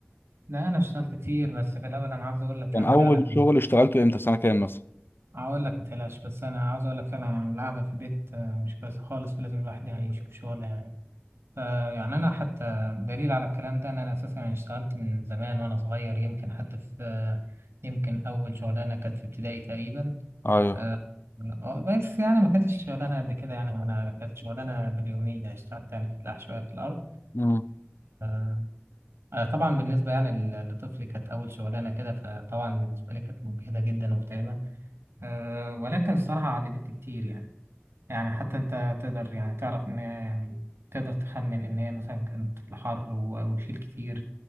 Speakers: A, on the right (about 80°); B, on the left (about 60°).
A: لا أنا اشتغلت كتير بس في الأول أنا عاوز أقول لك
B: كان
A: يعني
B: اول
A: فعلا
B: شغل اشتغلته امتى في سنه كام مثلا
A: هقول لك ما تقلقش بس انا عاوز اقول لك فعلا يعني القعده في البيت آه، مش كويسه خالص فلازم الواحد يعني يشوف شغل يعني ف- يعني انا حتى دليل على الكلام ده ان انا اساسا يعني اشتغلت من زمان وانا صغير يمكن حتى في آه، يمكن اول شغلانه كانت في ابتدائي تقريبا
B: ايوه
A: آه، آه، آه، بس يعني ما كانتش شغلانه قد كده يعني انا كانت شغلانه باليوميه اشتغلت يعني في الفلاح شويه في الارض
B: مم.
A: آه، آه، طبعا بالنسبه يعني ل- لطفلي كانت اول شغلانه كده فطبعا بالنسبه لي كانت مجهده جدا ومتعبه آه، ولكن الصراحه علمتني كتير يعني يعني حتى انت تقدر يعني تعرف ان هي يعني تقدر تخمن ان هي مثلا كانت في الحر و- وشيل كتير